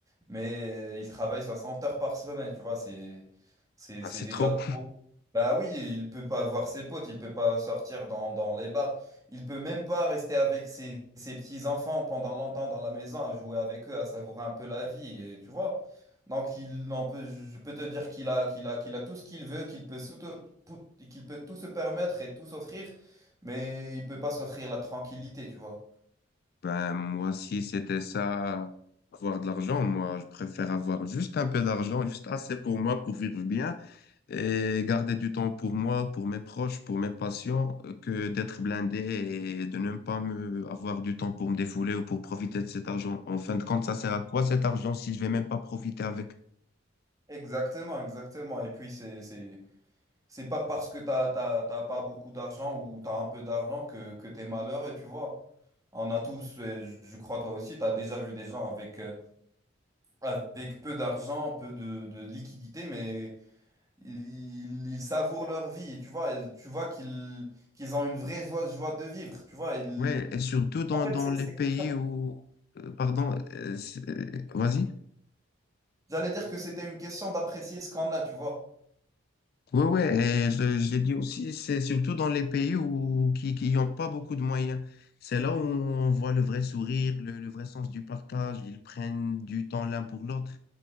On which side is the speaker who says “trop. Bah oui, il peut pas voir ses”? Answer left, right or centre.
Right